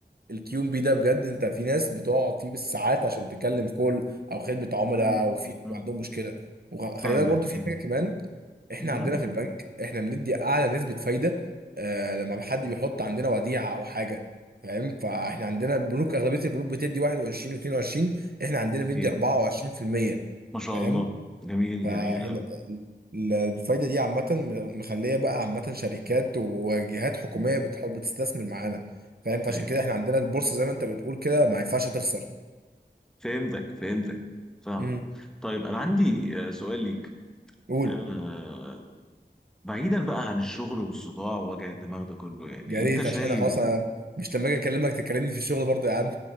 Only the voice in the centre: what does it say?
مم،
مم،
فاهمك
فاهمك
مم،
أكيد
ما شاء
الله جميل
جميل أوي
مم،
أيوه
فهمتك فهمتك فاهمك
طيب أنا عندي آه، سؤال ليك
آه، بعيدا بقى عن الشغل والصداع ووجع الدماغ ده كله يعني
أنت
شايف